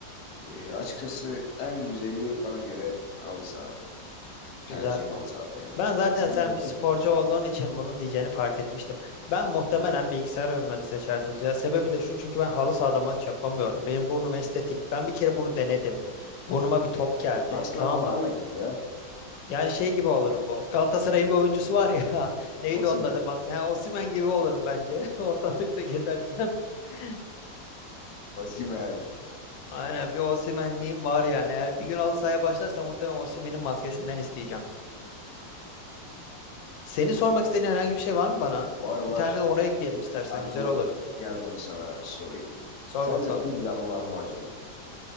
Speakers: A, on the left; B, on the left.
A: e, açıkçası en güzeli bana göre halı saha. Tercihim
B: Güzel.
A: halı sahadan yana.
B: Ben zaten
A: Senin
B: sen
A: peki?
B: bir sporcu olduğun için bunu diyeceğini fark etmiştim. Ben muhtemelen
A: Hmm.
B: bilgisayar oyunlarını seçerdim. Ya sebebi de şu çünkü ben halı sahada maç yapamıyorum. Benim burnum estetik. Ben bir kere bunu denedim. Burnuma bir top geldi.
A: Kaskla
B: Tamam
A: falanla
B: mı?
A: git ya.
B: Yani şey gibi olurum bu. Galatasaray'ın bir oyuncusu var ya. <laughs> Neydi
A: Osimhen.
B: onun adı? Bas- Ha, Osimhen gibi olurum bence. <laughs> Ortalıkta gezersem. <laughs>
A: Osimhen.
B: Aynen bir Osimhen'liğim var yani. Eğer bir gün halı sahaya başlarsa muhtemelen Osimhen'in maskesinden isteyeceğim. Seni sormak istediğin herhangi bir şey var mı bana?
A: Var var.
B: Bir tane de onu ekleyelim istersen
A: Aklım
B: güzel olur.
A: gel bunu sana sorayım.
B: Sor
A: Sence
B: bakalım.
A: pizza mı lahmacun mu?